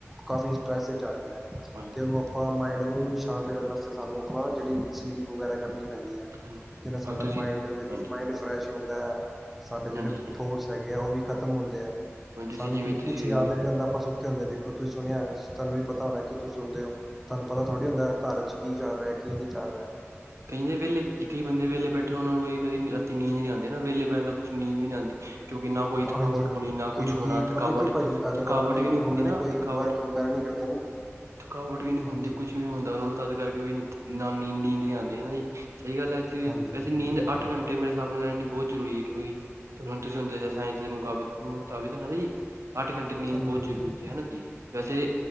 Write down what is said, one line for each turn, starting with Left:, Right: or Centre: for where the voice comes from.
Centre: ਕਾਫੀ ਸਟਰੈਸ ਵਿੱਚ ਆ ਜਾਂਦਾ
Right: ਹਾਂਜੀ
Centre: ਤੇ ਉਹਨੂੰ ਆਪਾਂ ਮਾਇੰਡ ਨੂੰ ਸ਼ਾਂਤ ਕਰਨ ਵਾਤੇ ਸਾਨੂੰ ਆਪਣਾ ਜਿਹੜੀ ਸਲੀਪ ਵਗੈਰਾ ਕਰਨੀ ਪੈਂਦੀ ਹੈ
Right: ਹਾਂਜੀ
Centre: ਜਿਨਾ ਸਾਡਾ
Right: ਹਾਂ ਤੁਸੀਂ
Centre: ਮਾਇੰਡ-ਮਾਇੰਡ
Right: ਹਾਂਜੀ
Centre: ਫਰੈਸ਼ ਹੁੰਦਾ ਹੈ ਸਾਡੇ ਜਿਹੜੇ
Right: ਹਾਂਜੀ
Centre: ਥੋਟਸ ਹੈਗੇ ਆ ਉਹ ਵੀ ਖਤਮ ਹੁੰਦੇ ਹੈ
Right: ਹੁਣ ਤੁਸੀਂ
Centre: ਸਾਨੂੰ
Right: ਜਿਵੇਂ
Centre: ਕਿਉਂਕਿ
Right: ਤੁਸੀਂ
Centre: ਕੁੱਛ ਯਾਦ ਨਹੀਂ ਰਹਦਾ ਆਪਾਂ ਸੁੱ ਹੁੰਦੇ ਦੇਖੋ ਤੁਸੀਂ ਸੁਣਿਆ ਤੁਹਾਨੂੰ ਵੀ ਪਤਾ ਹੋਣਾ ਕਿ ਤੁਸੀਂ ਸੁਣਦੇ ਹੋ। ਤੁਹਾਨੂੰ ਪਤਾ ਥੋੜ੍ਹੀ ਹੁੰਦਾ ਹੈ ਘਰ ਚ ਕੀ ਚੱਲ ਰਿਹਾ ਕੀ ਨ ਨਹੀਂ ਚੱਲ ਰਿਹਾ।
Right: ਕਈਦੇ ਵੇਲੇ ਕਈ ਬੰਦੇ ਵੇਲੇ ਬੈਠੇ ਉਹਨਾਂ ਨੂੰ ਕਈ ਕਦੀ ਰਾਤੀ ਨੀਦ ਨੀ ਆਂਦੀ ਨਾ ਵੇਲੇ ਬੈਠਣ ਨਾਲ ਕੁ ਨੀਂਦ ਵੀ ਨੀ ਆਂਦੀ। ਕਿਉਂਕਿ ਨਾ ਕੋਈ ਥਕਾਵਟ
Centre: ਹਾਂਜੀ ਹਾਂਜੀ
Right: ਹੋਣੀ ਨਾ ਕੁਛ
Centre: ਕਿਉਂਕਿ
Right: ਹੋਣਾ ਥਕਾਵਟ
Centre: ਪਤਾ ਕੀ ਭਾਜੀ ਅਗਰ
Right: ਥਕਾਵਟ
Centre: ਉਹਨਾਂ ਨੇ
Right: ਵੀ ਨਹੀਂੀ
Centre: ਉਹਨਾਂ
Right: ਹੁੰਦੀ ਨਾ
Centre: ਨੇ ਕੋਈ
Right: ਥਕਾਵਟ।
Centre: ਵਰਕ ਵਗੈਰਾ ਨਹੀਂ ਕਰਦੇ।
Right: ਥਕਾਵਟ ਵੀ ਨੀ ਹੁੰਦੀ
Centre: ਹਾਂਜੀ
Right: ਕੁਛ ਵੀ ਨੀ ਹੁੰਦਾ ਉਹਨਾਂ ਨੂੰ ਤਦ ਕਰਕੇ ਵੀ ਨਾਲ਼ ਨੀਂਦ ਆਉਂਦੀ। ਹਾਂਜੀ ਸਹੀ ਗੱਲ ਹੈ,
Centre: ਹਾਂਜੀ
Right: ਵੈਸੇ
Centre: ਹਾਂਜੀ
Right: ਨੀਂਦ
Centre: ਬਿਲਕੁਲ
Right: ਅੱਠ ਘੰਟੇ ਮੇਰੇ ਹਿਸਾਬ ਨਾਲ ਲੈਣੀ ਬਹੁਤ ਜ਼ਰੂਰੀ ਹੈ, ਕਿਉਂਕਿ। ਤੇ ਹੁਣ ਤੁਸੀਂ ਚਾਂਦੇ ਸਾਇੰਸ ਦੇ ਮੁਕਾਬਲੇ ਮੁਤਾਬਿਕ ਹੁਣ, ਅੱਠ ਘੰਟੇ ਦੀ ਨੀਂਦ
Centre: ਹਾਂਜੀ
Right: ਬਹੁਤ
Centre: ਹਾਂਜੀ
Right: ਜ਼ਰੂਰੀ ਹੈ, ਹਨਾ ਜੀ। ਵੈਸੇ।